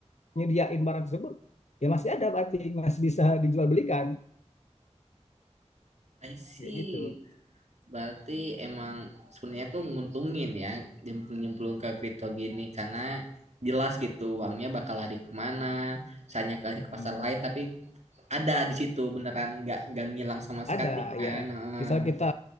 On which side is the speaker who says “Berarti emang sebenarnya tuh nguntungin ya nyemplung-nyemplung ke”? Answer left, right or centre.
Right